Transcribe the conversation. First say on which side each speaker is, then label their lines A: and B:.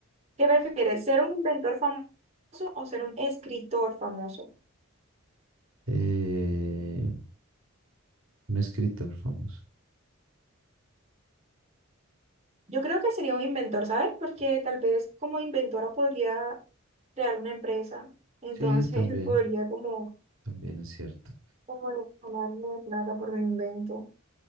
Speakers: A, on the right (about 30°); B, on the right (about 65°).
A: ¿Qué prefieres, ser un inventor famoso o ser un escritor famoso?
B: Eh, un escritor famoso.
A: Yo creo que sería un inventor, ¿sabes? Porque tal vez como inventora podría crear una empresa, entonces
B: Sí, también,
A: <laughs> podría como,
B: también es cierto.
A: como ganarme plata por mi invento.